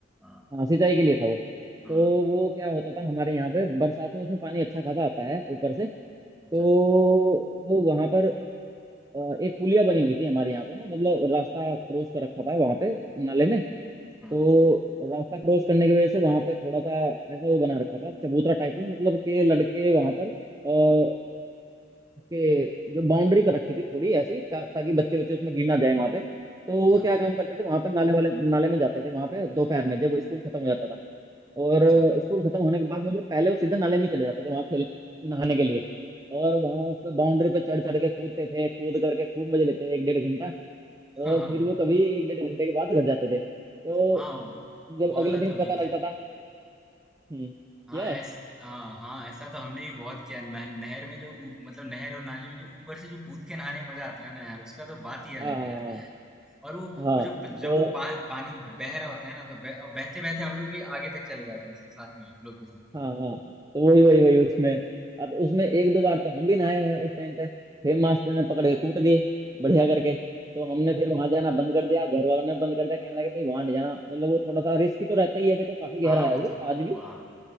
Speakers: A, in the centre; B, on the right.
A: हाँ
B: हाँ सिंचाई के लिए था वो
A: हाँ
B: तो वो क्या होता था हमारे यहाँ पे बरसात में उसमें पानी अच्छा खासा आता है ऊपर से तो
A: अच्छा
B: वो वहां पर अ, एक पुलिया बनी हुई थी हमारे यहाँ पे ना मतलब रास्ता क्रॉस कर रखा था वहां पे नाले ने
A: हाँ
B: तो रास्ता क्रॉस करने की वजह से वहां पे थोड़ा सा ऐसा वो बना रखा था चबूतरा टाइप में मतलब के लड़के वहां पर अः उसके जो बाउंड्री कर रखी थी थोड़ी ऐसी ता, ताकि बच्चे बच्चे उसमें गिर ना जाए वहां पे तो
A: अच्छा
B: वो क्या काम करते थे वहां पर नाले वाले नाले में जाते थे वहां पे दोपहर में जब स्कूल खत्म हो जाता था और
A: अच्छा
B: अ, स्कूल खत्म होने के बाद मतलब पहले वो सीधा नाले में चले जाते थे वहां खेल नहाने के लिए और वहां उस पे बाउंड्री पे चढ़ चढ़ के कूदते थे कूद करके खूब मजे लेते एक डेढ़ घंटा
A: हाँ
B: और
A: हाँ
B: फिर वो कभी एक डेढ़ घंटे के बाद घर जाते थे तो
A: हाँ वो
B: जब
A: वाला
B: अगले दिन
A: तो हमने
B: पता
A: किया
B: लगता
A: है।
B: था हम्म
A: हाँ
B: क्या है
A: ऐसा हाँ हाँ ऐसा तो हमने भी बहुत किया है। नह, नहर में जो उ- मतलब नहर और नाली में जो ऊपर से जो कूद के नहाने में मजा आता है ना यार उसका तो बात ही अलग
B: हाँ हाँ
A: है यार।
B: हाँ
A: और वो
B: हाँ, हाँ।"
A: वो जो प-
B: तो
A: जब वो पा, पानी बह रहा होता है ना तो बह, बहते बहते हम लोग भी आगे तक चले जाते हैं उसके साथ में फ्लो के साथ
B: हाँ
A: में
B: हाँ तो वही वही वही उसमें अब उसमें एक दो बार तो हम भी नहाए हैं उस टाइम पे फिर मास्टर ने पकड़ के कूट दिए बढ़िया करके तो हमने फिर वहां जाना बंद कर दिया घर वालों ने बंद कर दिया कहने लगे भाई वहां नहीं जाना मतलब वो थोड़ा सा रिस्की तो रहता ही है देखो काफी
A: <laughs> हाँ
B: गहरा
A: वो
B: है वो
A: तो
B: आज भी
A: वाह